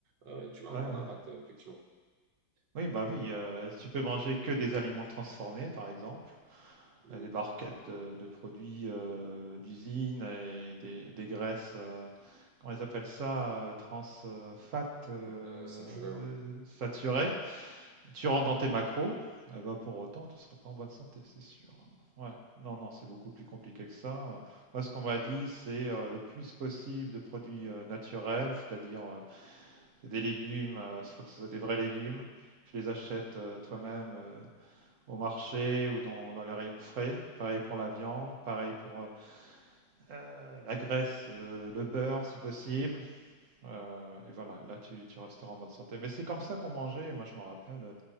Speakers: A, on the right (about 75°); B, on the right (about 50°).
A: euh, tu vas
B: Ouais,
A: avoir un
B: ouais.
A: impact, euh, effectivement.
B: Oui, bah oui. euh, tu peux manger que des aliments transformés, par exemple.
A: Mm.
B: euh, des barquettes de, de produits euh, d'usine et des, des graisses. euh, on les appelle ça euh, transfat euh,
A: Et, euh, saturé, ouais.
B: saturé. Tu rentres dans tes macros, eh ben, pour autant, tu ne seras pas en bonne santé, c'est sûr. Ouais, non, non, c'est beaucoup plus compliqué que ça. Euh, Moi, ce qu'on m'a dit, c'est euh, le plus possible de produits euh, naturels, c'est-à-dire euh, des légumes, il faut que ce soit des vrais légumes. Tu les achètes euh, toi-même euh, au marché ou dans, dans les rayons frais. Pareil pour la viande, pareil pour euh, euh, la graisse, euh, le beurre si possible. Euh, et voilà, là tu, tu, resteras en bonne santé. Mais c'est comme ça qu'on mangeait. Moi je me rappelle euh,